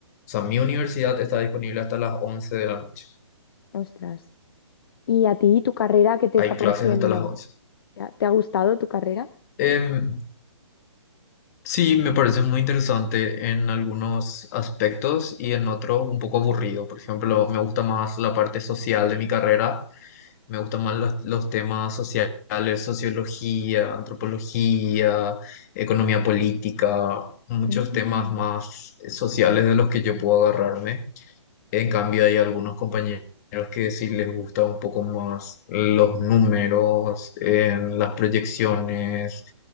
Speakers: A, on the left (about 35°); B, on the left (about 50°).
A: O sea, mi universidad está disponible hasta las 11 de la noche.
B: Ostras. ¿Y a ti tu carrera qué te
A: Hay
B: está
A: clases
B: pareciendo?
A: hasta las 11.
B: ¿Te ha te ha gustado tu carrera?
A: Em, Sí, me parece muy interesante en algunos aspectos y en otros un poco aburrido. Por ejemplo, me gusta más la parte social de mi carrera, me gustan más los, los temas sociales, sociología, antropología, economía política, muchos
B: Mm,
A: temas más sociales de los que yo puedo agarrarme. En cambio, hay algunos compañeros que sí les gusta un poco más los números, en las proyecciones,